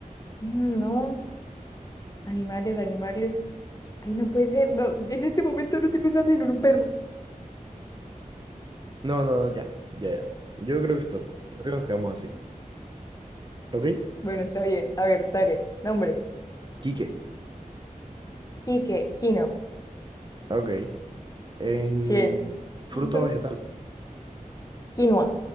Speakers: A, on the left (about 25°); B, on the right (about 30°).
A: Mm, No, animales, animales. Ay, no puede ser. No, en este momento no estoy pensando en un perro.
B: No, no, ya, ya, ya. Yo creo que esto, yo creo que nos quedamos así. ¿Ok?
A: Bueno, está bien. A ver, dale. Nombre.
B: Quique,
A: Quique, Kino.
B: ok. En
A: 100.
B: fruto
A: <laughs>
B: o vegetal.
A: Quinoa,